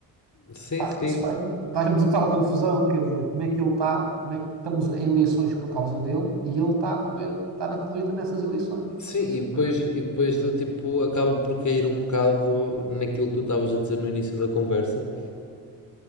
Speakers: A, on the left; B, on the right.
A: Sim,
B: Pá,
A: sim.
B: isso faz- faz-me total confusão, quer dizer, como é que ele está, como é que estamos em eleições por causa dele e ele está a correr, está na corrida nessas eleições.
A: Sim,
B: Pá, isso,
A: e depois,
B: pá.
A: e depois do tipo acaba por cair um bocado naquilo que tu estavas a dizer no início da conversa,